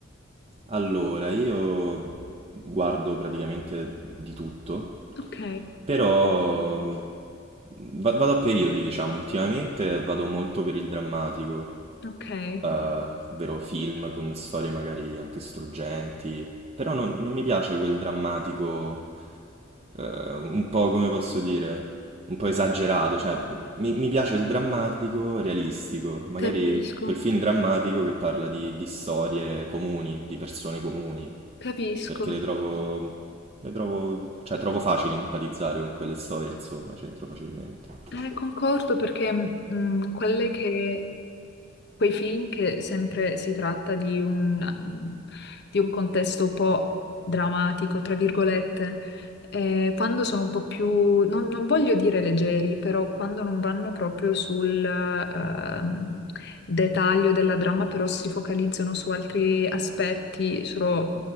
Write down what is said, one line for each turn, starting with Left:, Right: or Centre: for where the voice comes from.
Right: allora, io guardo praticamente di tutto,
Left: Ok,
Right: però mh, va- vado a periodi, diciamo, ultimamente vado molto per il drammatico,
Left: ok,
Right: eh, ovvero film con storie magari anche struggenti, però non, non mi piace quel drammatico eh, un po' come posso dire, un po' esagerato, cioè Mi, mi piace il drammatico realistico, magari
Left: capisco,
Right: quel film drammatico che parla di, di storie comuni, di persone comuni,
Left: capisco.
Right: perché le trovo, le trovo, cioè trovo facile empatizzare con quelle storie, insomma, c'entro facilmente.
Left: Eh, concordo perché mm, quelle che quei film che sempre si tratta di un, um, di un contesto un po' drammatico, tra virgolette. Eh, quando sono un po' più, non, non voglio dire leggeri, però quando non vanno proprio sul ehm, dettaglio della dramma, però si focalizzano su altri aspetti, sono